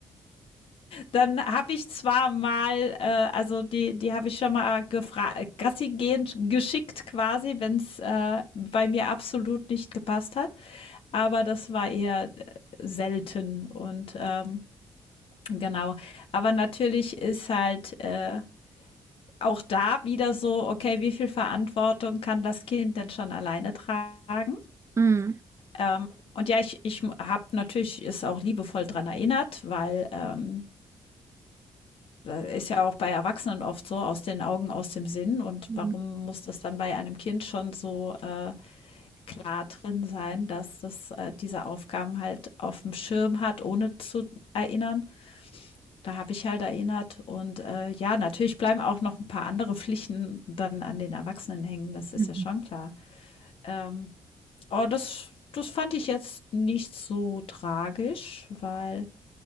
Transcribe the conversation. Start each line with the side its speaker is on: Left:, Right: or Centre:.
Left: Dann habe ich zwar mal, äh, also die, die habe ich schon mal gefragt, Gassi gehend geschickt quasi, wenn es äh, bei mir absolut nicht gepasst hat. Aber das war eher äh, selten und ähm, genau. Aber natürlich ist halt äh, auch da wieder so, okay, wie viel Verantwortung kann das Kind denn schon alleine tragen?
Right: Hm,
Left: Ähm, und ja, ich, ich habe natürlich es auch liebevoll dran erinnert, weil ähm, ist ja auch bei Erwachsenen oft so, aus den Augen, aus dem Sinn. Und
Right: hm,
Left: warum muss das dann bei einem Kind schon so äh, klar drin sein, dass das äh, diese Aufgaben halt auf dem Schirm hat, ohne zu erinnern? Da habe ich halt erinnert. Und äh, ja, natürlich bleiben auch noch ein paar andere Pflichten dann an den Erwachsenen hängen. Das ist
Right: hm,
Left: ja schon klar. Ähm, oh, das, das fand ich jetzt nicht so tragisch, weil